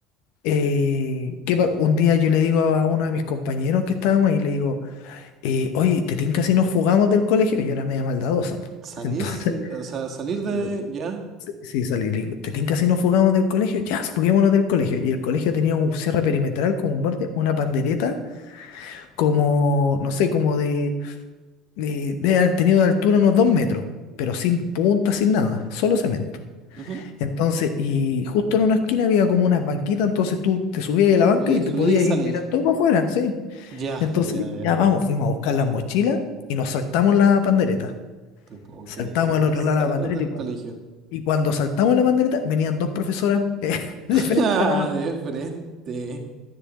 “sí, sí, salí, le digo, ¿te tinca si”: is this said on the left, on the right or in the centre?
Left